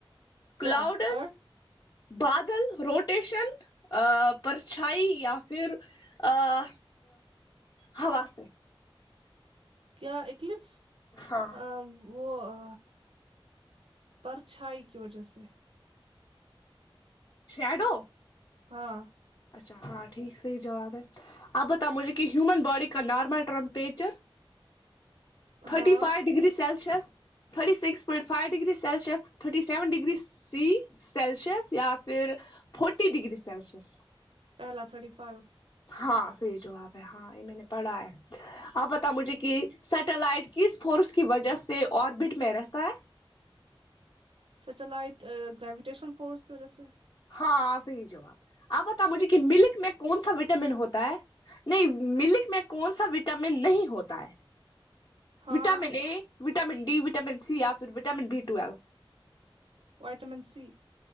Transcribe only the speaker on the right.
کیا ارتھ
کیا اکلپس
آ وہ آ پرچھائی کی وجہ سے
ہاں
ہاں
پہلا آ تھرٹی فائیو
سیٹلائٹ گریوٹیشن فورس کی وجہ سے
ہاں
وائٹامن سی